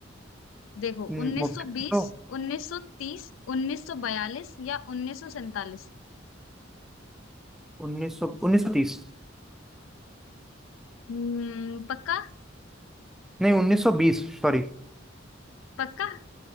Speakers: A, on the left; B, in the centre.
A: देखो 1920
B: दो
A: 1930 1942 या 1947
B: उन्नीस सौ उन्नीस सौ तीस
A: हम्म पक्का
B: नहीं उन्नीस सौ बीस सॉरी
A: पक्का